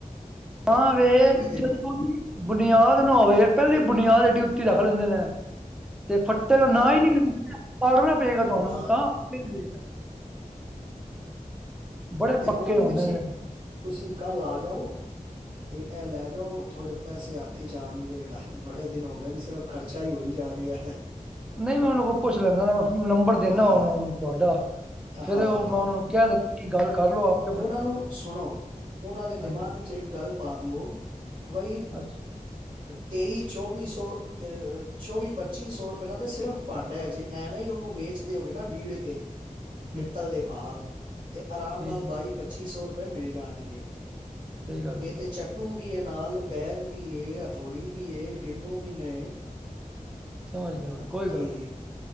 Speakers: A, in the centre; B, on the right.
A: ਹਾਂ ਵੇ <unintelligible>
B: ਦਿਨ
A: ਬੁਨਿਆਦ ਨਾ ਹੋਵੇ ਪੈਲੇ ਬੁਨਿਆਦ ਏਡੀ ਉੱਤੀ ਰੱਖ ਲੈਂਦੇ ਨੇ ਤੇ ਫ ਤੇਰਾ
B: ਹਾਂ
A: ਨਾਂ ਈ ਨਈ ਲੈਂਦਾ ਪਾੜ੍ਹਨਾ ਪਏਗਾ ਤੁਹਾਨੂੰ
B: ਨਾ
A: ਤਾਂ <unintelligible>
B: ਹੂੰ-ਹੂੰ
A: ਬੜੇ
B: ਤੇ
A: ਪੱਕੇ
B: ਕੋਈ ਨਈ
A: ਹੁੰਦੇ
B: ਤੁਸੀ-ਤੁਸੀਂ
A: ਨੇ
B: ਕੱਲ ਆ ਜਾਓ। ਤੇ ਇਹ ਲੈ ਜਾਓ ਥੋੜੇ ਪੈਸੇ ਹੱਥ 'ਚ ਆਣਗੇ। ਯਾਰ ਬੜੇ ਦਿਨ ਹੋ ਗਏ ਨੇ ਸਿਰਫ ਖ਼ਰਚਾ ਈ ਹੋਈ ਜਾ ਰਿਆ।
A: ਨਈ ਮੈਂ ਉਹਨ ਕੋਲ ਪੁੱਛ ਲੈਂਣਾ ਨਾ ਮੈਂ ਨੰਬਰ ਦੇਂਨਾ
B: ਹਾਂ
A: ਉਹਨਾਂ ਨੂੰ ਤੁਹਾਡਾ ਫਿਰ
B: ਹਾਂ
A: ਓ
B: ਹਾਂ
A: ਮੈਂ ਉਹਨੂੰ ਓ ਕੈ ਦੇ ਦਿਤੀ ਕਿ ਗੱਲ ਕਰ ਲਓ ਆਪ
B: ਉਹਨਾਂ ਨੂੰ ਸੁਣੋ ਉਹਨਾਂ ਦੇ ਦਿਮਾਗ
A: ਹਾਂਜੀ
B: 'ਚ ਇੱਕ ਗੱਲ ਪਾ ਦਿਓ ਵਈ
A: ਅੱਛਾ
B: ਤੇਈ-ਚੌਵੀ ਸੌ ਚੌਵੀ-ਪੱਚੀ ਸੌ ਰੁਪਏ ਦਾ ਤਾਂ ਸਿਰਫ ਭਾਂਡਾ ਹੈ ਜੇ। ਐਵੇਂ ਹੀ ਉਹਨੂੰ ਵੇਚ ਦਿਓਗੇ ਨਾ ਬੀੜ ਕੇ
A: ਹ <inaudible>
B: ਪਿੱਤਲ ਦੇ ਭਾਅ ਤੇ ਆਰਾਮ
A: ਠੀਕ
B: ਨਾਲ ਬਾਈ-ਪੱਚੀ
A: ਹੈ
B: ਸੌ ਰੁਪਏ ਮਿਲ ਜਾਣਗੇ।
A: ਸਹੀ ਗੱਲ
B: ਏ
A: ਹੈ
B: ਤੇ ਚੱ ਤੂ ਵੀ ਏ ਨਾਲ ਬੈਗ ਵੀ ਏ, ਹਥੋੜੀ ਵੀ ਏ, ਗਿਨੂੰ ਵੀ ਨੇ।
A: ਸਮਝ ਗਿਆ ਮੈਂ ਕੋਈ
B: ਠੀ
A: ਗੱਲ ਨਹੀਂ